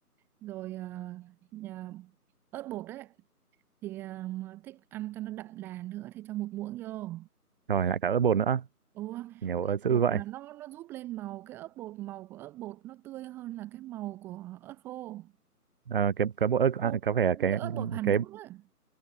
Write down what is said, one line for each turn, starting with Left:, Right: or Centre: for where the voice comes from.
Centre: Rồi ờ, nhà- ớt bột đấy thì ờ, mà thích ăn cho nó đậm đà nữa thì cho một muỗng vô.
Right: Rồi lại cả ớt bột nữa.
Centre: Ủa,
Right: Nhiều ớt dữ
Centre: bột
Right: vậy.
Centre: là nó nó giúp lên màu cái ớt bột màu của ớt bột nó tươi hơn là cái màu của ớt khô.
Right: Ờ, cái cái bột ớt
Centre: Mua,
Right: à, có vẻ
Centre: mua
Right: cái
Centre: cái ớt bột Hàn
Right: cái
Centre: Quốc ấy.